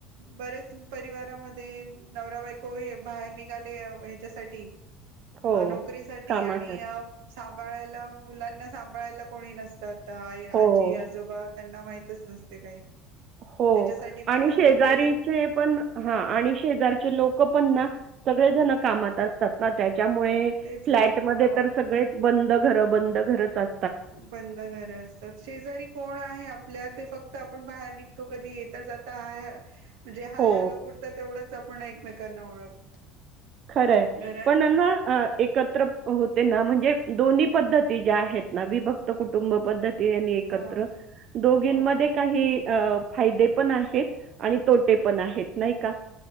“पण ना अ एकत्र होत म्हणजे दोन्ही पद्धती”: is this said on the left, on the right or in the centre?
Right